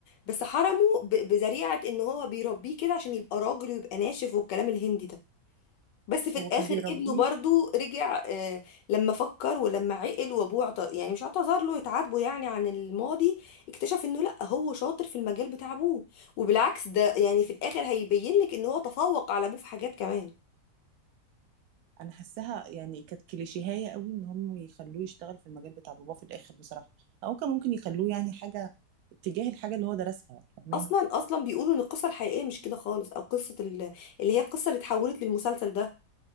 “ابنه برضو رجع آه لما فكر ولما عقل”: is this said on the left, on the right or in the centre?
Left